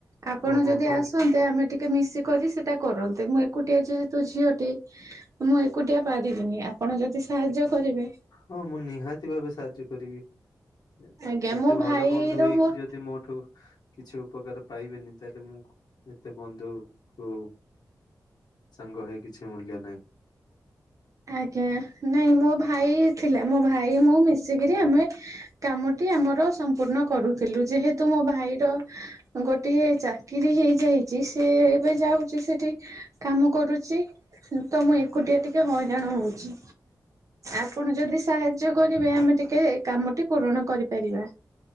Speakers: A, on the right; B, on the left.
A: ଆପଣ
B: ଓହୋ
A: ଯଦି
B: ହୋ।
A: ଆସନ୍ତ୍ ତେ ଆମେ ଟିକେ ମିଶିକରି ସେଟା କରନ୍ତେ ମୁଁ ଏକୁଟିଆ ଯେହେତୁ ଝିଅଟି ମୁଁ ଏକୁଟିଆ ପାରିବିନି ଆପଣ ଯଦି ସାହାଯ୍ୟ କରିବେ
B: ହଁ ମୁଁ ନିହାତି ଭାବେ ସାହାଯ୍ୟ କରିବି। ଏ
A: ଆଜ୍ଞା
B: ଏତେ
A: ମୋ
B: ଭଲ
A: ଭାଇର
B: ବନ୍ଧୁ ହେଇକି
A: ମୋର
B: ଯଦି ମୋଠୁ କିଛି ଉପକାର ପାଇବେନି ତାହେଲେ ମୁଁ ଏ ଏତେ ବନ୍ଧୁ କୁ ସାଙ୍ଗ ହେଇ କିଛି ମୂଲ୍ୟ ନାଇଁ।
A: ଆଜ୍ଞା ନାଇଁ ମୋ ଭାଇ ଥିଲା ମୋ ଭାଇ ମୁଁ ମିଶିକିରି ଆମେ କାମ ଟି ଆମର ସମ୍ପୂର୍ଣ୍ଣ କରୁଥିଲୁ ଯେହେତୁ ମୋ ଭାଇର ଗୋଟିଏ ଚାକିରି ହେଇ ଯାଇଚି ସେ ଏବେ ଯାଉ ଚି ସେଠି କାମ କରୁଚି ହୁଁ ତ ମୁଁ ଏକୁଟିଆ ଟିକେ ହଇରାଣ ହଉଚି। ଆପଣ ଯଦି ସାହାଯ୍ୟ କରିବେ ଆମେ ଟିକେ ଏ କାମଟି ପୂରଣ କରିପାରିବା।